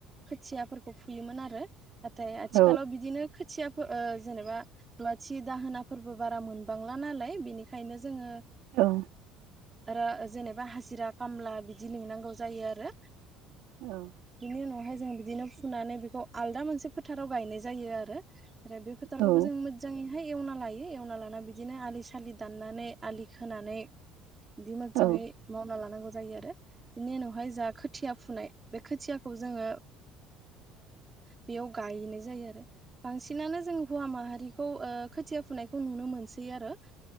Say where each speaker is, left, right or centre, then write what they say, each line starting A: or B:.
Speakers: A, on the right; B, on the right.
A: खोथियाफोरखौ फुयोमोन आरो नाथाय आथिखालाव
B: औ
A: बिदिनो खोथियाफोर जेनेबा लुवाथि दाहोनाफोरबो बारा मोनबांला नालाय बेनिखायनो जोङो
B: औ।
A: आरो जेनेबा हाजिरा खामला बिदि लिंनांगौ जायो आरो
B: औ
A: बिनि उनावहाय जों बिदिनो फुनानै बेखौ आलदा मोनसे फोथाराव गायनाय जायो आरो आरो बे फोथारखौबो
B: औ
A: जों मोजाङै एवना लायो एवना लाना बिदिनो आलि सालि दाननानै आलि खोनानै बिदि मोजाङै
B: औ
A: मावना लानांगौ जायो आरो बिनि उनावहाय जा खोथिया फुनाय बे खोथियाखौ जोङो बेयाव गायनाय जायो आरो बांसिनानो जों हौवा माहारिखौ खोथिया फुनायखौ नुनो मोनसै आरो